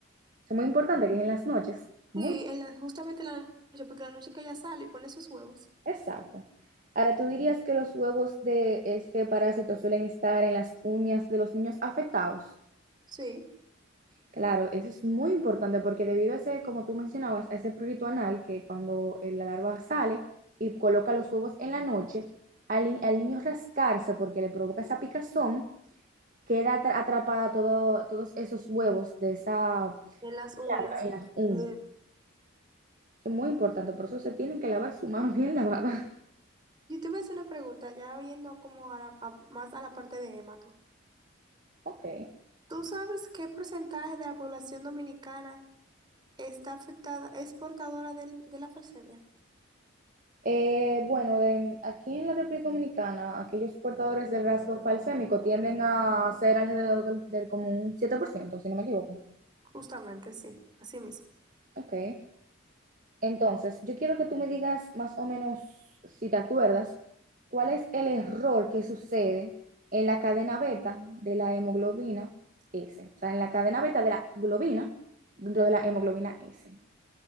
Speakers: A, on the right; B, on the right.
A: es muy importante que es en las noches. Muy
B: Sí, en la- justamente en la noche, porque la noche que ella sale y pone sus huevos.
A: exacto. Ahora, ¿tú dirías que los huevos de este parásito suelen estar en las uñas de los niños afectados?
B: Sí,
A: Claro, eso es muy importante porque debido a ese, como tú mencionabas, a ese prurito anal que cuando eh, la larva sale y coloca los huevos en la noche, al, ni- al niño rascarse porque le provoca esa picazón, queda atra- atrapada todo, todos esos huevos de esa
B: en las
A: larva
B: uñas.
A: en las uñas.
B: Le-
A: Eso es muy importante, por eso se tienen que lavar su mano bien lavada. <laughs>
B: Yo te voy a hacer una pregunta, ya viendo como a la- a- más a la parte de Emma, tú.
A: Ok.
B: ¿Tú sabes qué porcentaje de la población dominicana está afectada, es portadora del- de la falsemia?
A: Eh, bueno, de- aquí en la República Dominicana, aquellos portadores del rasgo falsémico tienden a ser alrededor del, del como un 7%, si no me equivoco.
B: Justamente, sí, así mismo.
A: Ok. Entonces, yo quiero que tú me digas más o menos, si te acuerdas, cuál es el error que sucede en la cadena beta de la hemoglobina S. O sea, en la cadena beta de la globina dentro de la hemoglobina S.